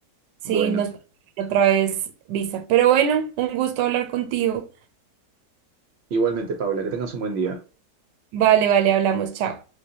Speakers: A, on the right (about 80°); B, on the right (about 55°).
A: sí,
B: bueno.
A: nos otra vez visa. Pero bueno, un gusto hablar contigo.
B: Igualmente, Paula, que tengas un buen día.
A: Vale, vale, hablamos, chao.